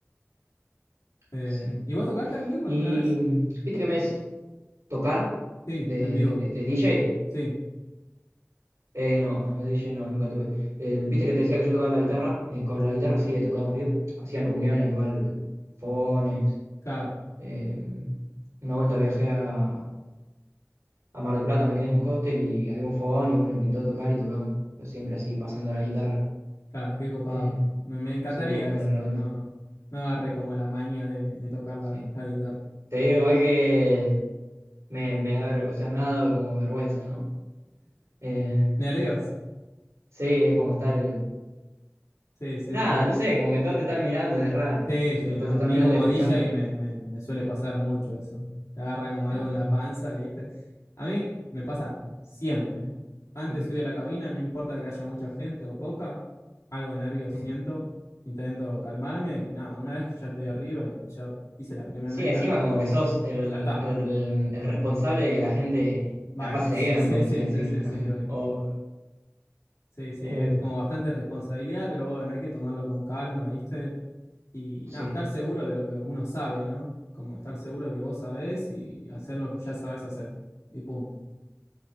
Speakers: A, on the left; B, on the right.
A: Eh,
B: sí.
A: ¿y vos tocaste, amigo,
B: Y
A: alguna vez?
B: mm, viste que me decís. tocar
A: Sí,
B: de,
A: en vivo.
B: de DJ.
A: Sí,
B: Eh, no, no, de DJ no, nunca tuve. El- Viste que te decía que yo tocaba la guitarra. Eh, con la guitarra sí he tocado en vivo. Hacían reuniones igual, fones.
A: claro,
B: eh, una vuelta viajé a, a Mar del Plata, me quedé en un hostel y había un fogón y bueno, pintó tocar y tocamos. Pero siempre así, pasando la guitarra.
A: claro, qué copado.
B: Eh,
A: Me, me encantaría
B: sí, muy
A: eso,
B: buena
A: pero
B: la onda.
A: no, no agarré como la maña de, de tocar la
B: Sí.
A: la guitarra.
B: Te digo igual que me, me da ver- o sea, me ha dado como vergüenza, ¿no? Eh,
A: Nervios.
B: sí, es como estar...
A: Sí, sí,
B: Nada,
A: obvio.
B: no sé, como que todos te están mirando, es raro.
A: Sí,
B: ¿Qué sé
A: sí,
B: yo? Todos
A: no.
B: te están
A: A mí
B: mirando
A: como
B: y escuchando.
A: DJ me, me, me suele
B: Sí,
A: pasar mucho eso. Te agarra como
B: em,
A: algo en la panza, ¿viste? A mí me pasa siempre, ¿eh? Antes
B: siempre.
A: de subir a la cabina, no importa que haya mucha gente o poca, algo de nervios
B: Mm.
A: siento, intento calmarme y nada, una vez que ya estoy arriba y ya hice la primera
B: Sí,
A: mezcla,
B: encima como que sos el,
A: ya está,
B: el- el responsable de que la gente
A: bailes.
B: la pase bien,
A: <laughs> Sí,
B: por así
A: sí,
B: decirlo.
A: sí, sí,
B: <laughs>
A: sí, obvio.
B: O,
A: Sí, sí,
B: em,
A: es como bastante responsabilidad, pero bueno, hay que tomarlo con calma, ¿viste? Y
B: sí.
A: nada, estar seguro de lo que uno sabe, ¿no? Como estar seguro de que vos sabés y hacer lo que ya sabés hacer. Y punto.